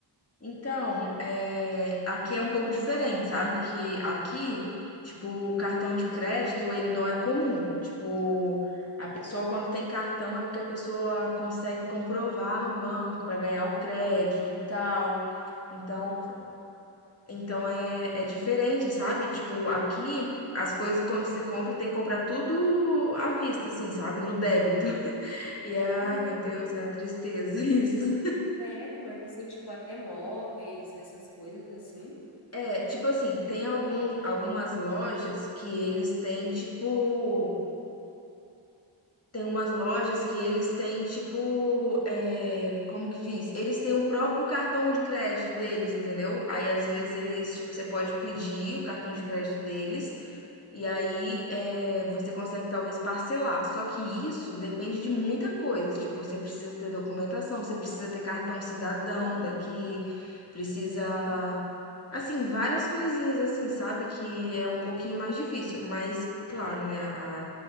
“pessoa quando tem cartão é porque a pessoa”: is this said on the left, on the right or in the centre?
Left